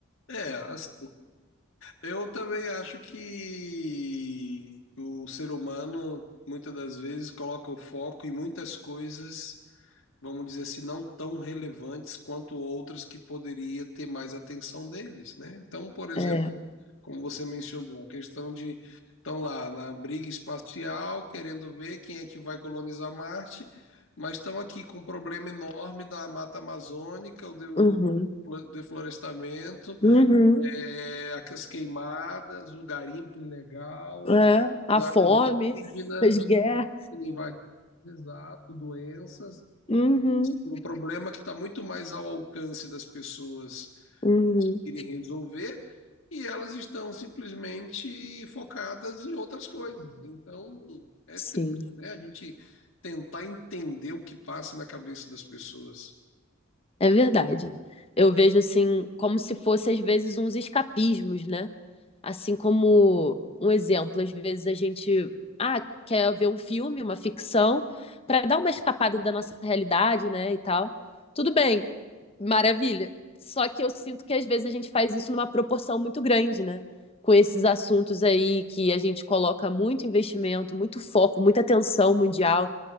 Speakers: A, on the left; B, on the left.
A: É, as- eu também acho que o ser humano muitas das vezes coloca o foco em muitas coisas, vamos dizer assim, não tão relevantes quanto outras que poderia ter mais atenção deles, né? Então, por exemplo,
B: É.
A: como você mencionou, a questão de estão lá na briga espacial, querendo ver quem é que vai colonizar Marte, mas estão aqui com um problema enorme da mata amazônica, o do
B: Uhum.
A: flo- deflorestamento,
B: Uhum.
A: é, as queimadas, o garimpo ilegal,
B: É. A
A: as áreas
B: fome,
A: indígenas
B: <laughs> as guerras.
A: sendo invadidas, exato, doenças,
B: Uhum.
A: um problema que está muito mais ao alcance das pessoas
B: Uhum.
A: conseguirem resolver e elas estão simplesmente focadas em outras coisas. Então, é
B: Sim,
A: triste, né? A gente tentar entender o que passa na cabeça das pessoas.
B: é verdade. Eu vejo assim, como se fossem às vezes uns escapismos, né? Assim como um exemplo, às vezes a gente ah, quer ver um filme, uma ficção, para dar uma escapada da nossa realidade, né, e tal. Tudo bem, maravilha. Só que eu sinto que às vezes a gente faz isso numa proporção muito grande, né? Com esses assuntos aí que a gente coloca muito investimento, muito foco, muita atenção mundial,